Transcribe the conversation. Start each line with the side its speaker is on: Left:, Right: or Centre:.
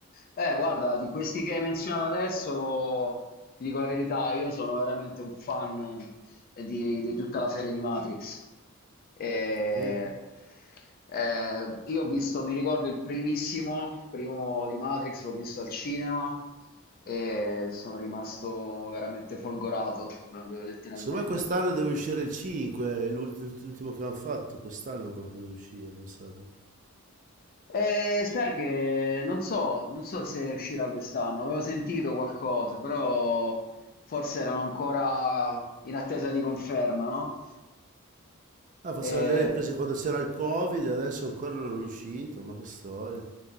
Left: Eh, guarda, di questi che hai menzionato adesso, ti dico la verità, io sono veramente un fan eh, di, di tutta la serie di Matrix. E,
Right: sì,
Left: eh, io ho visto, mi ricordo il primissimo, il primo di Matrix, l'ho visto al cinema e sono rimasto veramente folgorato, proprio letteralmente.
Right: Secondo me quest'anno deve uscire il 5, è l'ult- l'ultimo che hanno fatto, quest'anno proprio deve uscire, mi sembra.
Left: Eh, sai che non so, non so se uscirà quest'anno, avevo sentito qualcosa, però forse erano ancora in attesa di conferma, no?
Right: Ah, facevano
Left: Eh,
Right: le riprese quando c'era il Covid e adesso ancora non è uscito, ma che storia.